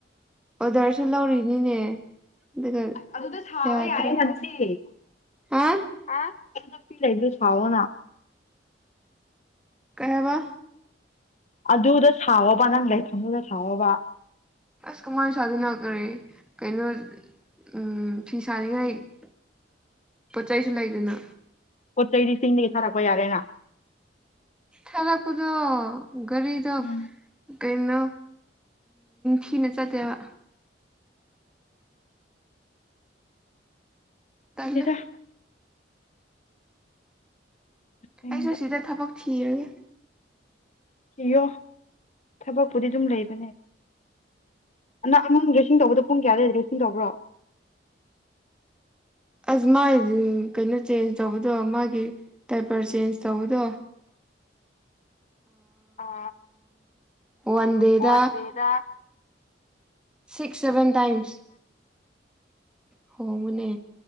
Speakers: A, in the centre; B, on the left.
A: ꯑꯣꯗꯔꯁꯨ ꯂꯧꯔꯤꯅꯤꯅꯦ ꯑꯗꯨꯒ
B: ꯑꯗꯨꯗ ꯁꯥꯕ
A: ꯌꯥꯗ꯭ꯔꯦ
B: ꯌꯥꯏꯌꯦ ꯅ ꯑꯗꯨꯗꯤ
A: ꯍꯥ
B: ꯑ ꯑꯩ ꯐꯤ ꯂꯩ ꯑꯗꯨ ꯐꯑꯣꯣꯅ
A: ꯀꯍꯋꯥ
B: ꯑꯗꯨꯗ ꯁꯥꯎꯕ ꯅꯪ ꯂꯥꯏꯐꯝꯗꯨꯗ ꯁꯥꯎꯑꯣꯕ
A: ꯑꯁ ꯀꯨꯃꯔ ꯁꯥꯗꯨꯅꯈꯦ ꯀꯩꯅꯣ ꯎꯝ ꯆꯅꯤꯉꯏ ꯄꯣꯠ ꯆꯩꯁꯨ ꯂꯩꯗꯅ
B: ꯄꯣꯠ ꯆꯩ ꯂꯤꯁꯤꯡꯗꯒꯤ ꯊꯥꯔꯛꯄ ꯌꯥꯔꯦꯅ
A: ꯈꯂꯥꯛꯄꯗꯣ ꯒꯥꯔꯤꯗ
B: ꯎꯝ
A: ꯀꯩꯅꯣ ꯊꯅ ꯆ ꯇꯦꯕ ꯇꯜꯂꯦ
B: ꯁꯤꯗ ꯑꯁꯦꯡꯕ
A: ꯑꯩꯁꯨ ꯁꯤꯗ ꯊꯕꯛ ꯊꯤꯔꯒꯦ
B: ꯏꯌꯣ ꯊꯕꯛꯄꯨꯗꯤ ꯑꯗꯨꯝ ꯂꯩꯕꯅꯦ ꯅꯪ ꯑꯃꯥꯡ ꯗ꯭ꯔꯦꯁꯤꯡ ꯇꯧꯕꯗꯣ ꯄꯨꯡ ꯀꯌꯥꯗꯋꯥ ꯗ꯭ꯔꯦꯁꯤꯡ ꯇꯧꯕ꯭ꯔꯣ
A: ꯑꯁ ꯃꯥꯒꯤ ꯀꯩꯅꯣ ꯆꯦꯟꯖ ꯇꯧꯕꯗꯣ ꯃꯥꯒꯤ ꯇꯥꯏꯄꯔ ꯆꯦꯟꯖ ꯇꯧꯕꯗꯣ
B: ꯑ
A: ꯋꯥꯟ ꯗꯦꯗ
B: ꯋꯥꯗꯦꯗ
A: ꯁꯤꯛꯁ ꯁꯦꯚꯦꯟ ꯇꯥꯏꯝꯁ ꯍ ꯄꯨꯅꯦ